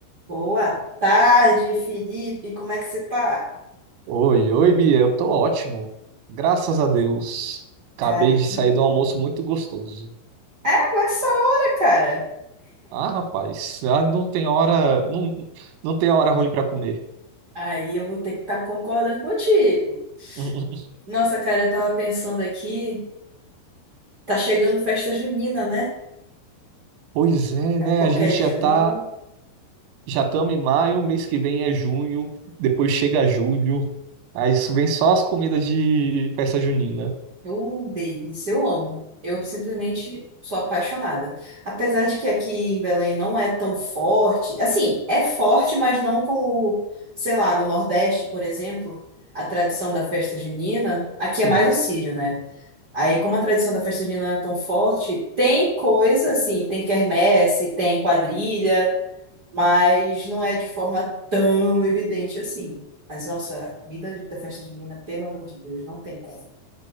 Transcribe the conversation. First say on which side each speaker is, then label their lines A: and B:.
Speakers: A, on the right (about 60°); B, on the right (about 90°).
A: Boa tarde, Felipe. Como é que você tá?
B: Oi, oi, Bia, eu tô ótimo. Graças a Deus. Acabei
A: Cara,
B: de
A: que
B: sair
A: bom.
B: de um almoço muito gostoso.
A: É, agora essa hora, cara.
B: Ah, rapaz, ah, não tem hora, não, não tem hora ruim pra comer.
A: Aí eu vou ter que estar concordando contigo.
B: <laughs>
A: Nossa, cara, eu tava pensando aqui, tá chegando festa junina, né?
B: Pois é,
A: Daqui
B: né?
A: a pouco
B: A gente
A: é junho.
B: já tá, já estamos em maio, mês que vem é junho, depois chega julho. Aí isso vem só as comidas de festa junina.
A: Uh, delícia, eu amo. Eu simplesmente sou apaixonada. Apesar de que aqui em Belém não é tão forte. Assim, é forte, mas não como, sei lá, no Nordeste, por exemplo, a tradição da festa junina. Aqui
B: Sim.
A: é mais o Sírio, né? Aí, como a tradição da festa junina é tão forte, tem coisa assim, tem quermesse, tem quadrilha, mas não é de forma tão evidente assim. Mas, nossa, a comida da festa junina, pelo amor de Deus, não tem. cara.